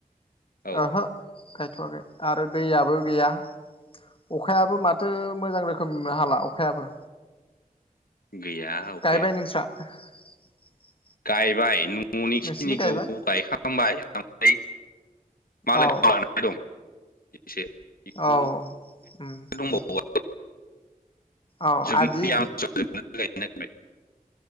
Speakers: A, on the left; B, on the left.
A: औ
B: ओहो गायथवाखै आरो दैयाबो गैया अखायाबो माथो मोजां रोखोम हाला अखायाबो
A: गैया अखाया
B: गायबाय <inaudible>
A: गायबाय न ननि
B: नोंसिनि
A: खिनिखौ
B: गायबाय
A: गायखांबाय ओमफ्राय मालायनाव
B: औ
A: लानाय दं एसे बेखौ
B: औ उम
A: दंबावो
B: उम औ
A: जोबनाय
B: आदि
A: <unintelligible>